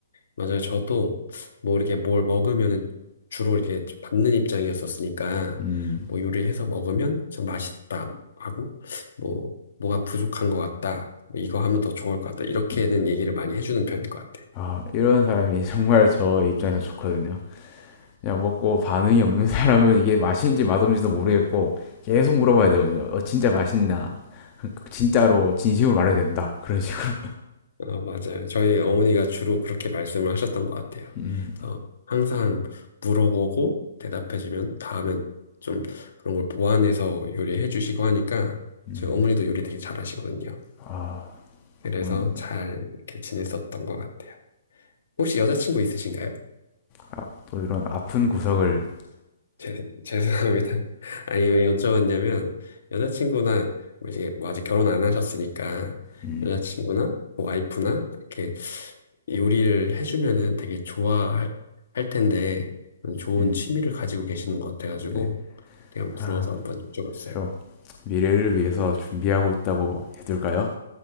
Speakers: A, on the left (about 65°); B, on the left (about 20°).
A: 맞아요. 저도 뭐 이렇게 뭘 먹으면 주로 이렇게 좀 받는 입장이었었으니까
B: 음,
A: 뭐 요리해서 먹으면 참 맛있다 하고 뭐 뭐가 부족한 것 같다. 뭐 이거 하면 더 좋을 것 같다. 이렇게는
B: 음.
A: 얘기를 많이 해주는 편인 것 같아요.
B: 아, 이런 사람이 <laughs> 정말 저 입장에서 좋거든요. 그냥 먹고 반응이 없는 <laughs> 사람은 이게 맛있는지 맛없는지도 모르겠고 계속 물어봐야 되거든요. 어, 진짜 맛있나? <laughs> 진짜로 진심으로 말해야 된다. 그런 식으로.
A: 어, 맞아요. 저희 어머니가 주로 그렇게 말씀을 하셨던 것 같아요.
B: <laughs> 음,
A: 그래서 항상 물어보고 대답해주면 다음엔 좀 그런 걸 보완해서 요리해 주시고 하니까
B: 음.
A: 저희 어머니도 요리 되게 잘하시거든요.
B: 아,
A: 그래서
B: 어머님도
A: 잘 이렇게 지냈었던 것 같아요. 혹시 여자친구 있으신가요?
B: 아, 또 이런 아픈 구석을
A: 죄 죄송합니다. <laughs> 아니, 왜 여쭤봤냐면, 여자친구나, 뭐 이제 뭐 아직 결혼 안 하셨으니까,
B: 음,
A: 여자친구나, 뭐 와이프나, 이렇게 요리를 해주면은 되게 좋아할 할 텐데, 좋은
B: 음,
A: 취미를 가지고 계시는 것 같아가지고,
B: 네.
A: 되게 한번 부러워서
B: 아,
A: 한번 여쭤봤어요.
B: 좀 미래를 위해서 준비하고 있다고 해둘까요?